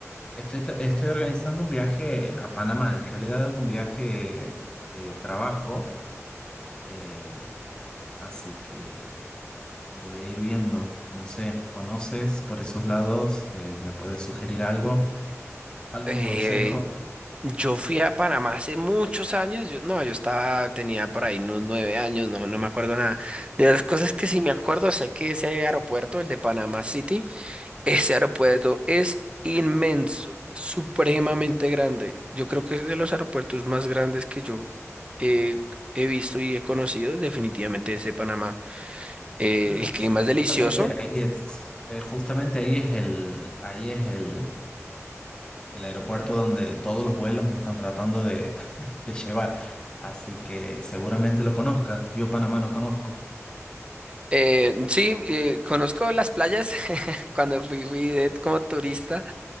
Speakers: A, on the left (about 15°); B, on the right (about 20°).
A: estoy, tra- estoy organizando un viaje a Panamá, en realidad es un viaje de trabajo, eh, así que voy a ir viendo. No sé, ¿conoces por esos lados? Eh, ¿me puedes sugerir algo? ¿Algún
B: Eh,
A: consejo?
B: yo fui a Panamá hace muchos años. Yo, no, yo estaba, tenía por ahí unos nueve años, no, no me acuerdo nada. De las cosas que sí me acuerdo, sé que ese aeropuerto, el de Panama City, ese aeropuerto es inmenso, supremamente grande. Yo creo que es de los aeropuertos más grandes que yo eh, he visto y he conocido, definitivamente ese de Panamá. Eh,
A: Ah,
B: el clima
A: sí,
B: es delicioso.
A: justamente ahí es, eh, justamente ahí es el, ahí es el, el aeropuerto donde todos los vuelos me están tratando de, de llevar. Así que seguramente lo conozca. Yo Panamá no conozco.
B: Eh, sí, eh, conozco las playas <laughs> cuando fui, fui de- como turista,